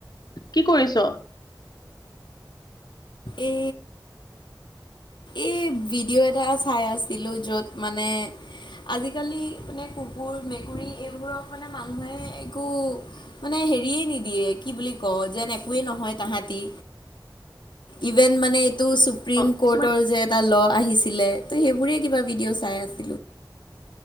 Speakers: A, on the left; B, on the left.
A: কি কৰিছ?
B: এ। এই ভিডিঅ' এটা চাই আছিলো য'ত মানে আজিকালি মানে কুকুৰ মেকুৰী এইবোৰক মানে মানুহে একো মানে হেৰিয়ে নিদিয়ে কি বুলি ক যেন একোৱে নহয় তাহাঁতি ইভেন মানে? ত সুপ্ৰিম
A: অ কিছুমান
B: কৰ্ট। এই যে এটা ল আহিছিলে ত সেইবোৰয়ে। কিবা ভিডিও চাই আছে?